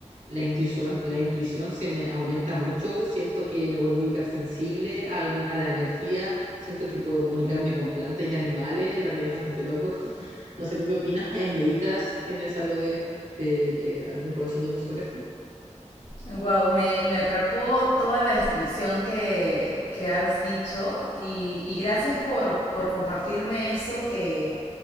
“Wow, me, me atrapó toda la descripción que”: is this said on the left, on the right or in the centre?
Left